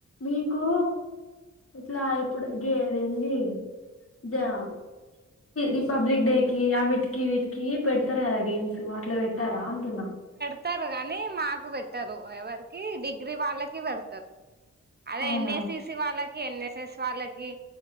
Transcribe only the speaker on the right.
పెతారు కానీ మాకు పెట్టరు ఎవరికి డిగ్రీ వాళ్ళకి పెడతారు అదే
ఎన్ఎసిసి వాళ్ళకి ఎన్ఎస్ఎస్ వాళ్ళకి